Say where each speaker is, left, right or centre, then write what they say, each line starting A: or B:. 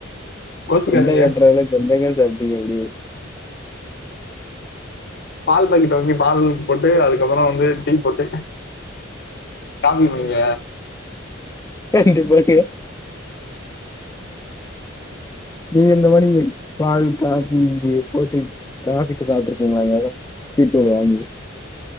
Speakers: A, on the left; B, on the left.
A: கோச்சுக்காதீங்க
B: தொண்டைய கட்ற அளவுக் என்னங்க சாப்டீங்க அப்டி
A: பால் பாக்கெட்டு வாங்கி பால் ஒன் போட்டு அதுக்கப்பறோ வந்து டீ போட்டு. காப்பி குடிங்க.
B: <unintelligible> நீ இந்த மாரி பால் காபி போட்டு காஃபிக்கு சாப்டிருக்கீங்களாங்க டீ தூள வாங்கி